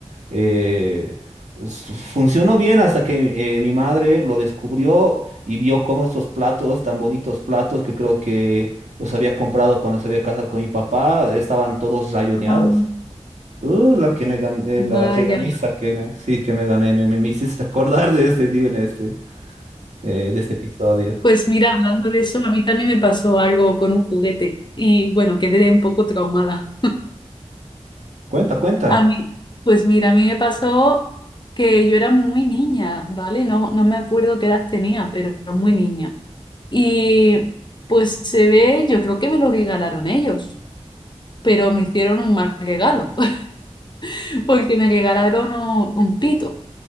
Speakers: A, on the right; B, on the left.
A: eh, s- funcionó bien hasta que eh, mi madre lo descubrió y vio cómo estos platos, tan bonitos platos que creo que los había comprado cuando se había casado con mi papá, estaban todos rayoneados.
B: Ah,
A: Uh, la que me gané,
B: vaya.
A: la regañiza que me, sí, que me gané, me, me, me hiciste acordar de este tío en este, eh, de este episodio.
B: Pues mira, hablando de eso, a mí también me pasó algo con un juguete y bueno, quedé un poco traumada.
A: Cuenta, cuenta.
B: A mí, pues mira, a mí me pasó que yo era muy niña, ¿vale? No, no me acuerdo qué edad tenía, pero era muy niña. Y pues se ve, yo creo que me lo regalaron ellos, pero me hicieron un mal regalo, <laughs> porque me regalaron un, un pito.